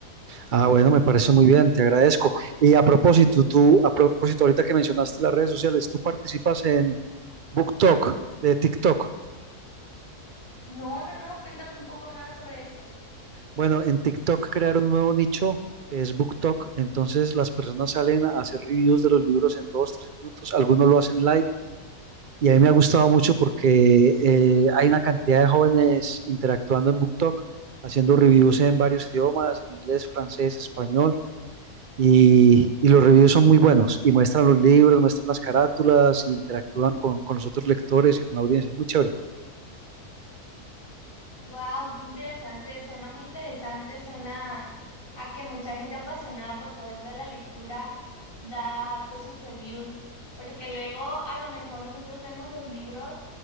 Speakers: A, on the right; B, on the left.
A: Ah, bueno, me parece muy bien, te agradezco. Y a propósito, tú, a propósito, ahorita que mencionaste las redes sociales, tú participas en BookTok, de TikTok.
B: No, no, no, cuéntame un poco más sobre esto.
A: Bueno, en TikTok crearon un nuevo nicho que es BookTok, entonces las personas salen a hacer reviews de los libros en dos, tres minutos, algunos lo hacen live y a mí me ha gustado mucho porque eh, hay una cantidad de jóvenes interactuando en BookTok, haciendo reviews en varios idiomas, en inglés, francés, español, y, y los reviews son muy buenos y muestran los libros, muestran las carátulas, e interactúan con, con los otros lectores y con la audiencia. Es muy chévere.
B: Wow, qué interesante, suena muy interesante, suena a que mucha gente apasionada por todo esto de la lectura da pues sus reviews, porque luego a lo mejor nosotros vemos los libros,